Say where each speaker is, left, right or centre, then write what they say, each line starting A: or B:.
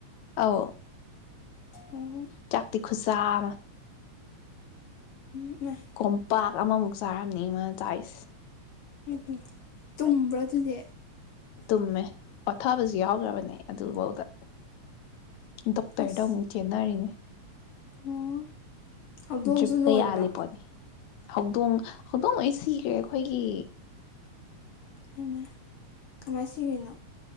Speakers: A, on the left (about 80°); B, on the left (about 55°).
A: ꯑꯣ
B: ꯑꯣ
A: ꯆꯥꯛꯇꯤ ꯈꯨꯠꯆꯥ ꯑꯃ
B: ꯏꯃꯥꯏ ꯎꯝ
A: ꯀꯣꯝꯄꯥꯛ ꯑꯃꯃꯨꯛ ꯆꯥꯔꯝꯅꯤ ꯃꯥ ꯆꯥꯏꯁꯦ
B: ꯏꯃꯥꯏꯄꯦꯃ ꯇꯨꯝꯕ꯭ꯔꯥ ꯑꯗꯨꯗꯤ
A: ꯇꯨꯝꯃꯦ꯫ ꯄꯊꯥꯕꯖꯨ ꯌꯥꯎꯈ꯭ꯔꯕꯅꯦ ꯑꯗꯨꯐꯥꯎꯗ ꯗꯣꯛꯇꯔꯗ
B: ꯑꯁ
A: ꯑꯃꯨꯛ ꯆꯦꯟꯅꯔꯤꯅꯦ
B: ꯑꯣ ꯍꯧꯗꯣꯡꯁꯨ
A: ꯗ꯭ꯔꯤꯞ ꯀ
B: ꯂꯣꯏꯕ꯭ꯔꯥ
A: ꯌꯥꯂꯤꯄꯣꯅꯤ ꯍꯧꯗꯣꯡ ꯍꯧꯗꯣꯡ ꯂꯣꯏ ꯁꯤꯒꯔꯦ ꯑꯩꯈꯣꯏꯒꯤ
B: ꯍꯥꯏꯃ ꯀꯃꯥꯏ ꯁꯤꯒꯔ꯭ꯤꯅꯣ